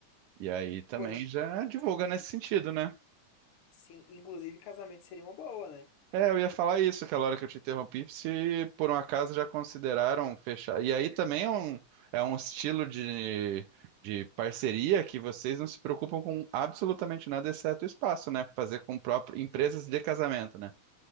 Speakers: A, on the right (about 80°); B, on the left (about 65°).
A: E aí também
B: Pô, in-
A: já divulga nesse sentido, né?
B: sim, inclusive casamento seria uma boa, né?
A: É, eu ia falar isso aquela hora que eu te interrompi, se por um acaso já consideraram fechar. E aí também é um, é um estilo de, de parceria que vocês não se preocupam com absolutamente nada, exceto o espaço, né? Fazer com próprio, empresas de casamento, né?